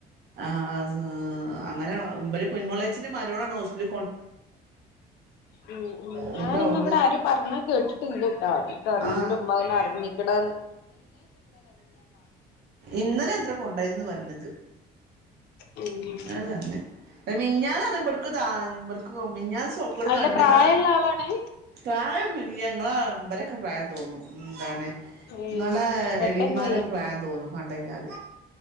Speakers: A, on the right; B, on the left.
A: ആ ആ സ്അ അങ്ങനെഒ ഉം മ്പര്കുഞ്ഞ്മോളേച്ചീടെ മര്വോളാണോ ഹോസ്പ്പില്
B: ഉം ഉം
A: എന്നിട്ട്
B: ഞാനിന്നിവിടെ
A: അവിടുന്ന്
B: ആര് പറഞ്ഞ് കേട്ടിട്ടില്ല്യട്ടാ ട്ടറിയൂല
A: ആഹ്
B: ഉമ്മാർഞ്ഞാ അടങ്ങിനിക്കണാന്ന്
A: ഇന്നലെ എത്ര കൊണ്ടായിന്ന് പറഞ്ഞത്
B: ഉം
A: ഞാമ്പർഞ്ഞ് ഏ മിൻഞ്ഞാന്നാന്ന്പെട്ക്ക്താപെട്ക്കു മിൻഞ്ഞാ സോക്കട്
B: അല്ല
A: കണ്ട്ക്കാ
B: പ്രായള്ള ആളാണ്
A: പ്രായൊന്നുല്ല്യേ ഞങ്ങളെ ബരൊക്കെ പ്രായം തോന്ന്ന്നു ന്താണ്
B: ഏയ്
A: ഇങ്ങളെ
B: പെട്ടെന്ന്
A: ബീമാരെക്കെ പ്രായന്തോന്ന്ന്നു കണ്ട് കഴ്ഞ്ഞാല്